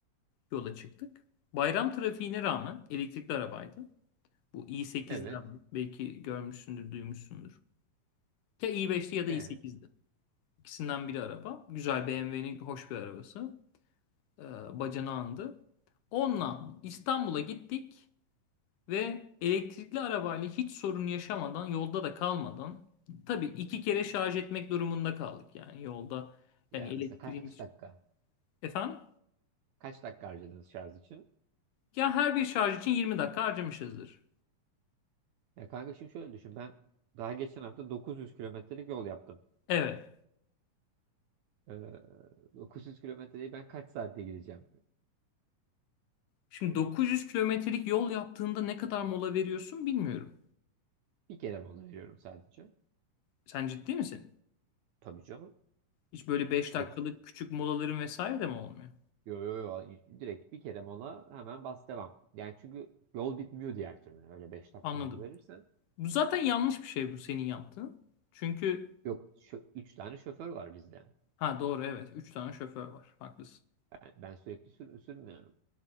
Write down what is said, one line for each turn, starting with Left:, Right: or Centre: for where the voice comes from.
Left: yola çıktık. Bayram trafiğine rağmen elektrikli arabaydı. Bu i8'ler
Right: Evet.
Left: var. Belki görmüşsündür, duymuşsundur. Ya i5'ti ya
Right: Ee,
Left: da i8'di. İkisinden biri araba. Güzel BMW'nin hoş bir arabası. Ee, bacanağındı. Onunla İstanbul'a gittik ve elektrikli arabayla hiç sorun yaşamadan, yolda da kalmadan tabii iki kere şarj etmek durumunda kaldık yani yolda.
Right: yani
Left: Yani elektriğimiz.
Right: mesela kaç dakika?
Left: Efendim?
Right: Kaç dakika harcadınız şarj için?
Left: Ya her bir şarj için 20 dakika harcamışızdır.
Right: Ya kanka şimdi şöyle düşün. Ben daha geçen hafta 900 kilometrelik yol yaptım.
Left: Evet.
Right: Ee, 900 kilometreyi ben kaç saatte gideceğim?
Left: Şimdi dokuz yüz kilometrelik yol yaptığında ne kadar mola veriyorsun bilmiyorum.
Right: Bir kere mola veriyorum sadece.
Left: Sen ciddi misin?
Right: Tabii canım.
Left: Hiç böyle 5 dakikalık
Right: 9.
Left: küçük molaların vesaire de mi olmuyor?
Right: Yo yo yo. Direkt bir kere mola hemen bas devam. Yani çünkü yol bitmiyor diğer türlü. Öyle beş dakika
Left: Anladım.
Right: mola verirsen.
Left: Bu zaten yanlış bir şey bu senin yaptığın. Çünkü
Right: Yok, şö- üç tane şoför var bizde.
Left: ha doğru evet 3 tane şoför var. Haklısın.
Right: Ben, ben sürekli sür sürmüyorum.